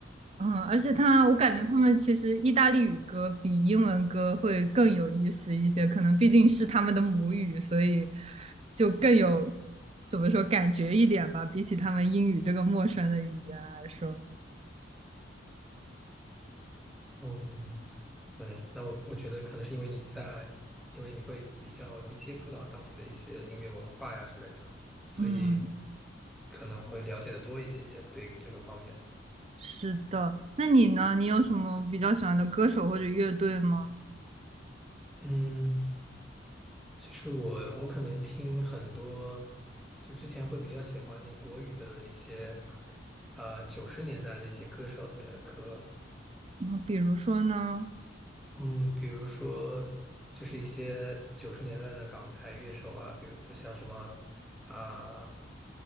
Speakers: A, on the right (about 35°); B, in the centre.
A: 嗯，而且他，我感觉他们其实意大利语歌比英文歌会更有意思一些，
B: 是，
A: 可能毕竟是他们的母语，所以就更有怎么说感觉一点吧，比起他们英语这个陌生的语言来说。
B: 嗯，对，那我我觉得可能是因为你在，因为你会比较容易接触到当地的一些音乐文化呀之类的，所以
A: 嗯，
B: 可能会了解的多一些对于这个方面。
A: 是的。那你呢？你有什么比较喜欢的歌手或者乐队吗？
B: 嗯。其实我我可能听很多，就之前会比较喜欢那国语的一些歌啊九十年代的一些歌手的歌，
A: 嗯，比如说呢？
B: 嗯，比如说就是一些九十年代的港台乐手啊，比如说像什么啊